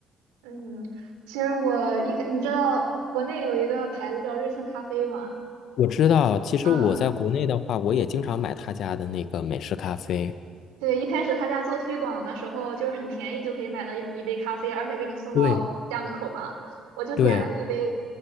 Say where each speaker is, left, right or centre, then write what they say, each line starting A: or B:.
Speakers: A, on the right (about 75°); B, on the left (about 60°).
A: 嗯，其实我一开，你知道国内有一个牌子叫瑞幸咖啡吗？
B: 我知道，其实我在国内的话，
A: 嗯，
B: 我也经常买他家的那个美式咖啡。
A: 对，一开始他家做推广的时候，就是很便宜就可以买到一一杯咖啡，而且给你送到家门口嘛。
B: 对
A: 我就点了一杯
B: 对，